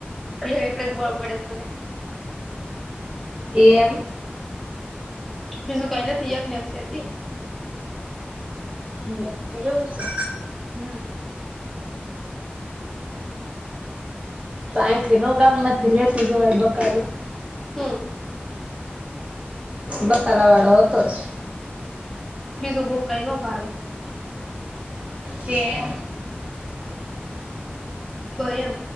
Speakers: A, in the centre; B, on the right.
A: હા એટલે જ બળ પડેસ મને
B: એમ
A: બીજું કાંઈ ઈ નથી એકનેક સે તી
B: લ્યો એવું સે.
A: હમ્મ
B: તાયથી નો ગામમાંથી લેતું જવાય બકાલું
A: હમ્મ
B: બકાલાવાળો હતોજ
A: બીજું બઉ કાંઈ નો ભાવે.
B: કેમ
A: એમ